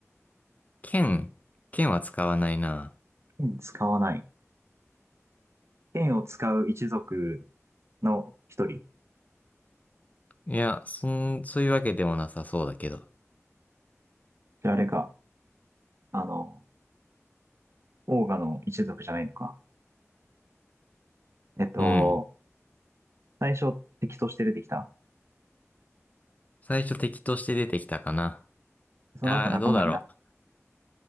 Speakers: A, on the left; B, on the right.
A: 剣、剣は使わないな。
B: 剣使わない。剣を使う一族の一人。
A: いや、そん、そういうわけでもなさそうだけど。
B: じゃあ、あれか。あの、オーガの一族じゃないのか。えっと、
A: うん。
B: 最初敵として出てきた。
A: 最初敵として出てきたかな。
B: その後仲間になった。
A: ああ、どうだろう。